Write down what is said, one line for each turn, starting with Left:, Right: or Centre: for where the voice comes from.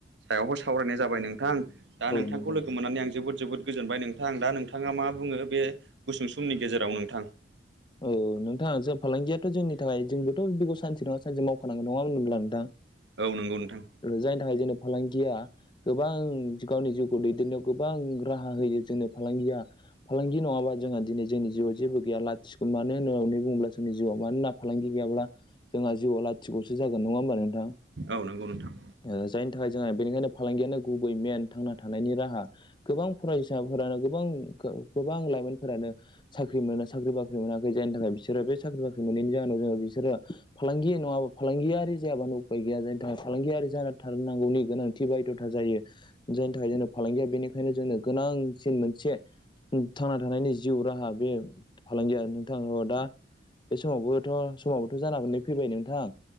Right: सायावहाय सावरायनाय जाबाय नोंथां। दा नोंथांखौ
Left: नंगौ
Right: लोगो
Left: नंगौ
Right: मोननानै जोबोद जोबोद गोजोनदों नोथां आं दा नोंथाङा मा बुङो बे गुसुं समनि गेजेराव नोंथां।
Left: ओ ओ नोंथाङा जों फालांगियाथ' जोंनि थाखाय जोंबोथ' बेखौ सानसे नङा सानसे मावखा नांगौ नङा होनब्ला नोंथां।
Right: औ नंगौ नोंथां।
Left: जायनि थाखाय जोंनो फालांगिया गोबां। गावनि जिउखौ दैदेननायाव गोबां राहा होयो जोंनो। फालांगिया फालांगि नङाबा जोंहा दिनै जोंनि जिउआव जेबो गैया। स्कुल मानो होन होननानै बुङोब्ला जोंनि जिउआव मानोना फालांगि गैयाब्ला। जोंहा जिउआव लाथिख'सो जागोन नङा होनबा नोंथां।
Right: औ नंगौ नोंथां।
Left: ओ जायनि थाखाय जोंहा बेनिखायनो फालांगियानो गुबै मेन थांना थानायनि राहा गोबां फरायसायाबो। फोरानो गोबां गोबां लाइमोनफोरानो साख्रि मोनो साख्रि बाख्रि मोनाखै जायनि थाखाय बिसोरो बे। साख्रि बाख्रि मोनैनि जाहोनाव जोंङो बिसोरो। फालांगि नङाबा फालांगियारि जायाबानो उफाय गैया जायनि थाखाय फालांगियारि जानो थारनांगौनि गोनां थि बायध'था जायो जायनि थाखाय जों फालांगिया बेनिखायनो जोंनो गोनांसिन मोनसे। उम थांना थानायनि जिउ राहा बे फालांगि आरो नोंथां दा बे समावबोथ' समावबोथ' जानानै फैबाय नोंथां